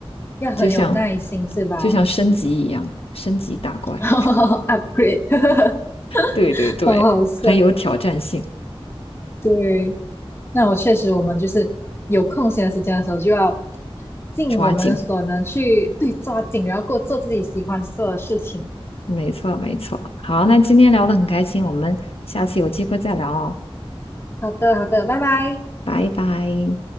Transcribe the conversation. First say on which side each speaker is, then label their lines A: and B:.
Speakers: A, on the left (about 25°); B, on the left (about 70°).
A: 要很有耐心是吧
B: 就像就像升级一样，升级打怪，
A: <laughs>？Upgrade，<laughs>
B: 对对对，
A: 好好笑。
B: 很有挑战性，
A: 对，那我确实，我们就是有空闲的时间的时候，就要尽我们的所能去对抓紧，
B: 抓紧，
A: 然后过做自己喜欢做的事情。
B: 没错没错。好，那今天聊的很开心，我们下次有机会再聊哦，
A: 好的，好的，拜拜。
B: 拜拜。